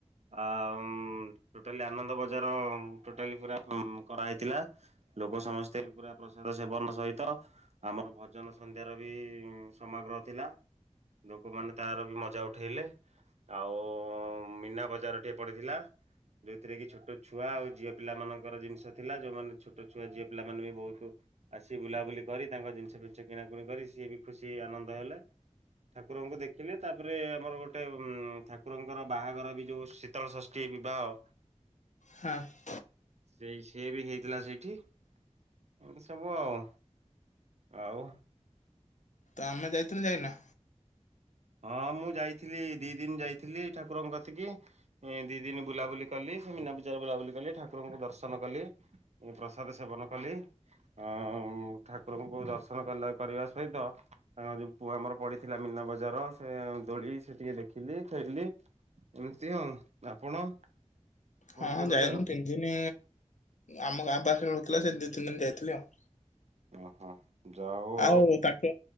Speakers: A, on the right; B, on the left.
A: ଆ-ଉଁ ଟୋଟାଲି ଆନନ୍ଦ ବଜାର ଟୋଟାଲି ପୁରା କରାହେଇଥିଲା। ଲୋକ ସମସ୍ତେ ପୁରା ପ୍ରସାଦ ସେବନ ସହିତ ଆମର ଭଜନ ସନ୍ଧ୍ୟାର ବି ସମାଗ୍ରହ ଥିଲା। ଲୋକମାନେ ତାର ବି ମଜା ଉଠେଇଲେ। ଆଉ ମୀନା ବଜାର ଟିକେ ପଡ଼ିଥିଲା। ଯୋଉଥିରେ କି ଛୋଟ ଛୁଆ ଆଉ ଝିଅ ପିଲାମାନଙ୍କର ଜିନିଷ ଥିଲା, ଯୋଉମାନେ ଛୋଟ ଛୁଆ ଝିଅ ପିଲାମାନେ ବି ବହୁତ ଆସି ବୁଲାବୁଲି କରି, ତାଙ୍କ ଜିନିଷ ଫିନିସ କିଣାକୁଣି କରି ସିଏ ବି ଖୁସି ଆନନ୍ଦ ହେଲେ। ଠାକୁରଙ୍କୁ ଦେଖିଲେ, ତାପରେ ଆମର ଗୋଟେ ଉଁ-ଠାକୁରଙ୍କର ବାହାଘର ବି ଯୋଉ ସି ତଳ ଷଷ୍ଠୀ ବିବାହ
B: ହଁ।
A: ସେଇ ସିୟେ ବି ହେଇଥିଲା ସେଇଠି। ଏମିତି ସବୁ ଆଉ, ଆଉ
B: ତମେ ଯାଇଥିଲ ନା ଯାଇନ?
A: ହଁ ମୁଁ ଯାଇଥିଲି ଦି ଦିନ ଯାଇଥିଲି ଠାକୁରଙ୍କ କତିକି। ଏ ଦି ଦିନ ବୁଲାବୁଲି କଲି ସେ ମୀନା ବଜାରେ ବୁଲାବୁଲି କଲି ଠାକୁରଙ୍କୁ ଦର୍ଶନ କଲି। ମୁଁ ପ୍ରସାଦ ସେବନ କଲି। ଅ ଠାକୁରଙ୍କୁ ଦର୍ଶନ କ କରିବା ସହିତ ତାଙ୍କ ଯୋଉ ପୁଅ ଆମର ପଡିଥିଲା ମୀନା ବଜାର ସେ ଦୋଳି ସେ ଟିକେ ଦେଖିଲି, ଖେଳିଲି ଏମିତି ହଁ ଆପଣ? କୋଉଠି
B: ହଁଁ
A: ଏବେ
B: ଯାଇନୁ ତିନିଦିନ। ଆମ ଗାଁ ପାଖରେ ହଉଥିଲା ସେ ଦି ତିନି ଦିନ ଯାଇଥିଲି ଆଉ।
A: ଓହୋ। ଯା ହଉ
B: ଆଉ ତାଙ୍କ